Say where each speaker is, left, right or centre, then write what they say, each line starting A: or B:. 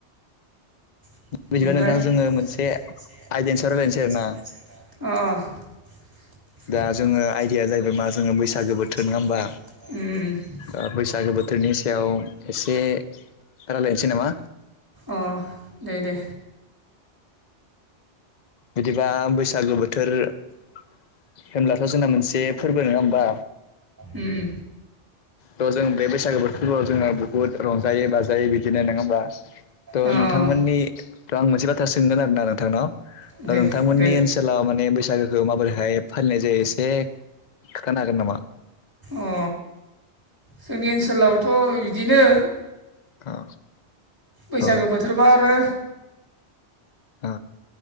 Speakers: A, on the right; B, on the left.
A: बेनिफ्राय
B: बिदिबा नोंथां जोङो मोनसे
A: अ
B: आयदानि सायाव रायलायनोसै आरोना
A: अ।
B: दा
A: उम
B: जोङो आयदाया जाहैबाय मा जोङो बैसागो
A: उम।
B: बोथोर नङा होमबा ओ बैसागो बोथोरनि सायाव एसे रायलायनोसै नामा?
A: अ दे दे।
B: बिदिबा बैसागो बोथोर होनब्लाथ' जोंना मोनसे फोरबो नंङा होमबा?
A: उ उम।
B: थ जों बेबायदि बैसागो बोथोरफोराव जोंङो बुहुत रंजायो बाजायो बिदिनो नङा होमबा? थ'
A: अ
B: नोंथांमोननि
A: आं
B: थ' आं मोनसे बाथ्रा सोंगोन आरो ना नोंथांनाव।
A: नोंथां
B: थ'
A: दे
B: नोंथांमोननि
A: दे
B: ओनसोलाव माने बैसागोखौ माबोरैहाय फालिनाय जायो एसे खिथानो हागोन नामा?
A: अ जोंनि ओनसोलावथ' बिदिनो
B: औ।
A: बैसागो
B: औ
A: बोथोरबा आरो
B: ओ।